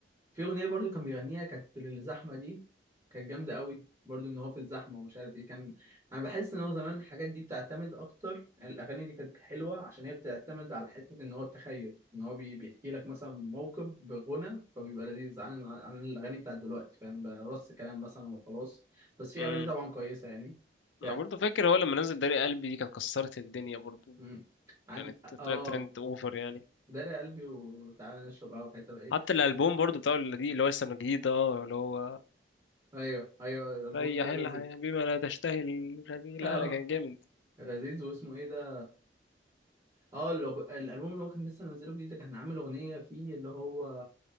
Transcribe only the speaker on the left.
امم
انا برضو فاكر هو لما نزل داري قلبي دي كانت كسرت الدنيا برضو
كانت
طلعت ترند اوفر يعني
حتى الالبوم برضو بتاع اللي دي اللي هو لسه من جديد ده، اه اللي هو
ريح
الحياة بما لا تشتهي مش عارف إيه. لا
لا كان جامد